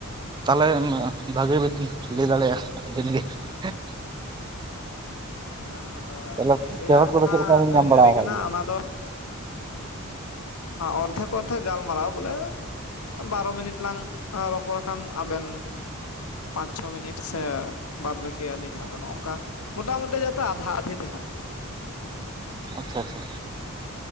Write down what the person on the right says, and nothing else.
ᱛᱟᱦᱚᱞᱮ ᱵᱷᱟᱹᱜᱤ ᱵᱤᱱ ᱞᱟᱹᱭ ᱫᱟᱲᱮᱭᱟᱜ-ᱟ ᱟᱹᱵᱤᱱ ᱜᱮ <inaudible>
ᱛᱟᱦᱚᱞᱮ
ᱯᱮᱨᱚᱰ ᱠᱚᱫᱚ
ᱪᱮᱫ ᱞᱮᱠᱟ ᱵᱤᱱ ᱧᱟᱢ
ᱵᱟᱲᱟ
ᱟᱠᱟᱫ
ᱜᱮᱭᱟ
ᱟᱪᱪᱷᱟ ᱟᱪᱪᱷᱟ